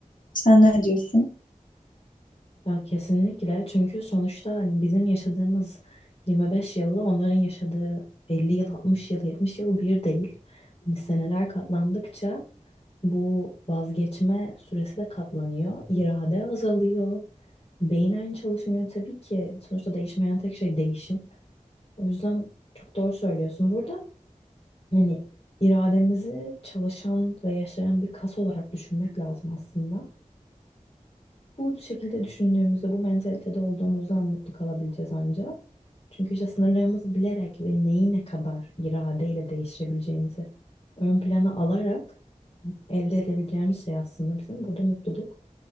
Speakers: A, on the left (about 75°); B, on the left (about 45°).
A: Sen ne diyorsun?
B: Ya kesinlikle çünkü sonuçta hani bizim yaşadığımız 25 yılla onların yaşadığı 50 yıl, 60 yıl, 70 yıl bir değil. Hani seneler katlandıkça bu vazgeçme süresi de katlanıyor. İrade azalıyor. Beyin aynı çalışmıyor tabii ki. Sonuçta değişmeyen tek şey değişim. O yüzden çok doğru söylüyorsun. Burada hani irademizi çalışan ve yaşayan bir kas olarak düşünmek lazım aslında. Bu şekilde düşündüğümüzde, bu mentalitede olduğumuzdan mutlu kalabileceğiz ancak. Çünkü işte sınırlarımızı bilerek ve neyi ne kadar iradeyle değiştirebileceğimizi ön plana alarak elde edebileceğimiz şey aslında bizim burada mutluluk.